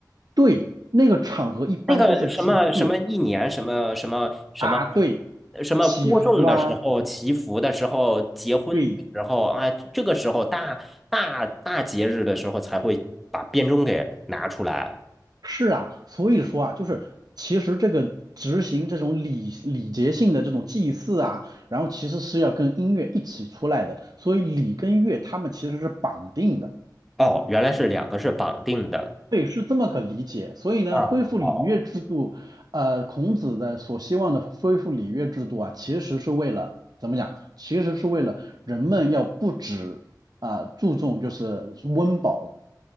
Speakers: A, on the right; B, in the centre.
A: 对，那个场合一般都是祭祀
B: 那个什么什么一年什么什么什么
A: 啊，对，
B: 什么播种的时候、
A: 祈福啊，
B: 祈福的时候、结婚的时候啊，
A: 对，
B: 这个时候大大大节日的时候才会把编钟给拿出来。
A: 是啊，所以说啊，就是其实这个执行这种礼礼节性的这种祭祀啊，然后其实是要跟音乐一起出来的，所以礼跟乐他们其实是绑定的。
B: 哦，原来是两个是绑定的。
A: 对，是这么个理解。所以呢，
B: 啊，
A: 恢复礼乐制度，
B: 好，
A: 呃，孔子的所希望的恢复礼乐制度啊，其实是为了怎么讲？其实是为了人们要不止啊、注重就是温饱